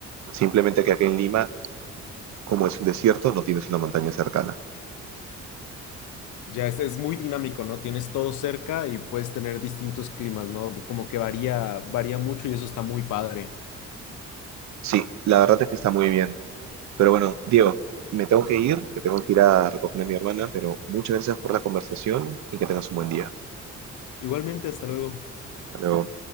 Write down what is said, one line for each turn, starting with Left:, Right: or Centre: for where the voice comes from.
Right: Simplemente que aquí en Lima, como es un desierto, no tienes una montaña cercana.
Left: Ya es, es muy dinámico, ¿no? Tienes todo cerca y puedes tener distintos climas, ¿no? Como que varía, varía mucho y eso está muy padre.
Right: Sí, la verdad es que está muy bien. Pero bueno, Diego, me tengo que ir, que tengo que ir a recoger a mi hermana, pero muchas gracias por la conversación y que tengas un buen día.
Left: Igualmente, hasta luego.
Right: Hasta luego.